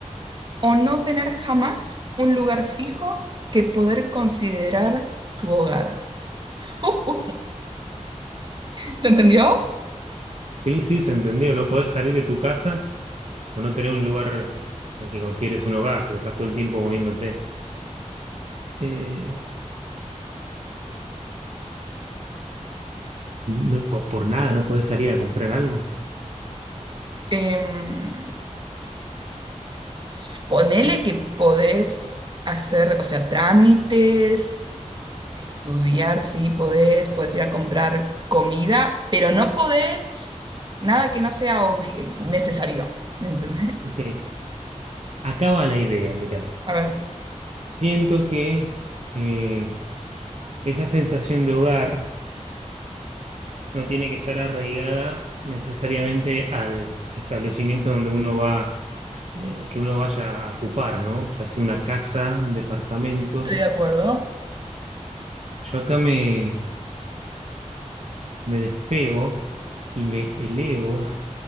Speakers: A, on the right; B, on the right.
A: o no tener jamás un lugar fijo que poder considerar tu hogar? <laughs> ¿Se entendió?
B: Sí, sí, se entendió. No poder salir de tu casa o no tener un lugar al que consideres un hogar, porque estás todo el tiempo moviéndote. Eh, O sea, no- no, por, por nada no puedes salir a comprar algo.
A: Em, pues, ponele que podés hacer, o sea, trámites, Estudiar, sí, podés, podés ir a comprar comida, pero no podés nada que no sea obli- necesario, ¿me entendés?
B: Ok, acá va la idea, mira.
A: A ver,
B: Siento que eh, esa sensación de hogar no tiene que estar arraigada necesariamente al establecimiento donde uno va, eh, que uno vaya a ocupar, ¿no? Ya sea una casa, un departamento.
A: estoy de acuerdo.
B: Yo acá me, me despego y me elevo.